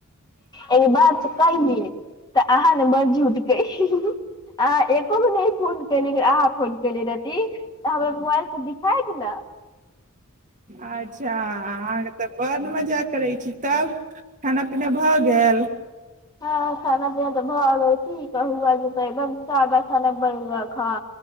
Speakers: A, on the left; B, on the right.
A: एहि बात कली तऽ अहाँ ने बड़ झूठके अहाँ एको गो नहि फोन कली अहाँ फोन कली रहती तऽ हमर मोबाइल पर दिखाायत ने
B: अच्छा अहाँके तऽ बड्ड मजा करैत छी तब खाना पीना भऽ गेल
A: हँ खाना पीना तऽ भाव आगै की कहू आगू एकदम साधा साधा बनल हँ